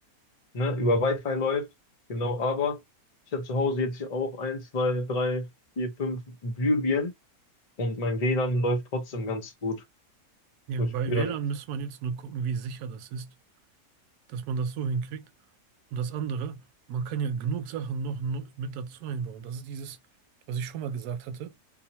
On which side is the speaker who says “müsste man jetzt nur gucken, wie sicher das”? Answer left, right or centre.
Right